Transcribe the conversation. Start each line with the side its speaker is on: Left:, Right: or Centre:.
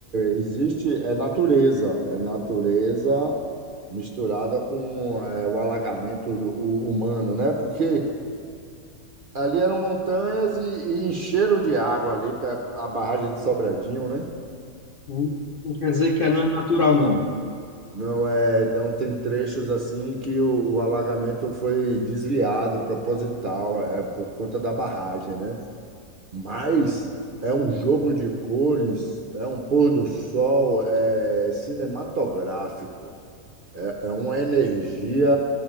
Right: existe, é natureza, é natureza misturada com é, o alagamento do- o- humano, né? Porque ali eram montanhas e, e encheram de água ali para a barragem de Sobradinho, né?
Left: Não não quer dizer que é não natural, não.
Right: Não é, então tem trechos assim que o, o alagamento foi desviado, proposital, é por conta da barragem, né? Mas é um jogo de cores, é um pôr do sol, é cinematográfico. É uma energia